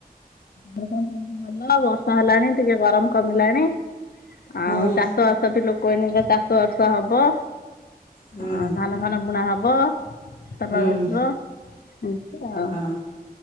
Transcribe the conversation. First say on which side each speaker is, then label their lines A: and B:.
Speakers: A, on the left; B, on the left.
A: ର କଣ ସେମିତି ଭଲ ବର୍ଷା ହେଲାଣି। ଟିକେ ଗରମ କମିଲାଣି ଆଉ
B: ହୁଁ
A: ଚାଷ ବାସ ବି ଲୋକ କୋଇ ଏଇନେକେ ଚାଷ ବାସ ହବ।
B: ହୁଁ
A: ହଉ ଧାନ ଫାନ ବୁଣା ହବ ତାବା
B: ହୁଁ
A: ହବ ଏମିତି ଆଉ
B: ହଁ